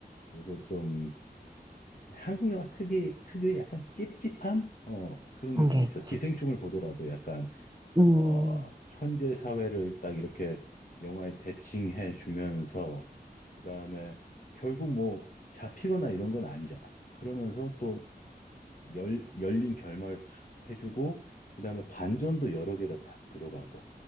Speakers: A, on the left; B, on the right.
A: 그리고 좀 한국 영화 특이, 특유의 약간 찝찝함? 어, 그런
B: 그런
A: 게 좀
B: 게
A: 있어.
B: 있지.
A: 기생충을 보더라도 약간
B: 음,
A: 어, 현재 사회를 딱 이렇게 영화에 대칭해 주면서 그다음에 결국 뭐 잡히거나 이런 건 아니잖아. 그러면서 또 열, 열린 결말을 탁 해주고 그다음에 반전도 여러 개가 딱 들어가고